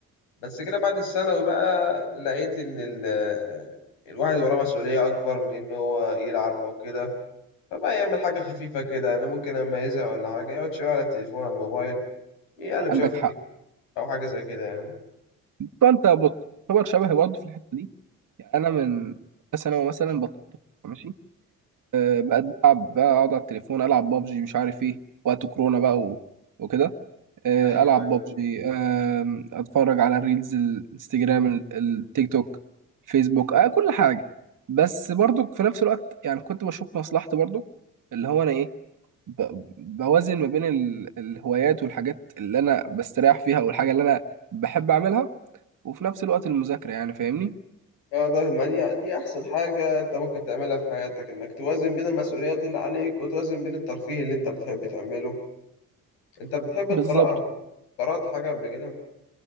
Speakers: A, on the left (about 80°); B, on the right (about 45°).
A: بس كده بعد الثانوي بقى لقيت ان ال الواحد وراه مسؤولية أكبر من إن هو يلعب أو كده فبقى يعمل حاجة خفيفة كده أنا ممكن أما يزهق ولا حاجة يقعد شوية على التليفون على الموبايل يقلب شوية
B: عندك
A: في التيك
B: حق
A: أو حاجة زي كده يعني
B: فانت بتعتبر شبهي برضه في الحته دي يعني انا من ثانوي مثلا بطلت ماشي أه بقيت بلعب بقى اقعد على التليفون العب بابجي مش عارف ايه وقت كورونا بقى و... وكده أه
A: ايوه
B: العب
A: ايوه
B: بابجي أه اتفرج على الريلز الانستجرام ال- التيك توك الفيسبوك أه كل حاجه بس برضو في نفس الوقت يعني كنت بشوف مصلحتي برضو اللي هو انا ايه ب- بوازن ما بين ال- الهوايات والحاجات اللي انا بستريح فيها والحاجه اللي انا بحب اعملها وفي نفس الوقت المذاكرة يعني فاهمني
A: فده ما دي دي أحسن حاجة أنت ممكن تعملها في حياتك إنك توازن بين المسؤوليات اللي عليك وتوازن بين الترفيه اللي أنت بتحب تعمله أنت بتحب
B: <laughs> بالظبط
A: القراءة قرأت حاجة قبل كده؟